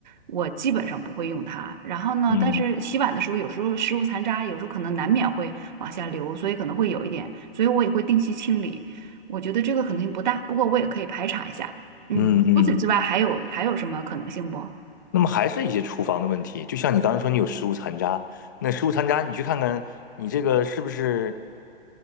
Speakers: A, on the right; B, on the left.
A: 我基本上不会用它。然后呢，
B: 嗯
A: 但是洗碗的时候，有时候食物残渣，有时候可能难免会往下流，所以可能会有一点，所以我也会定期清理。我觉得这个可能性不大，不过我也可以排查一下。嗯，
B: 嗯嗯。
A: 除此之外还有还有什么可能性不？
B: 那么还是一些厨房的问题，就像你刚才说，你有食物残渣，那食物残渣你去看看，你这个是不是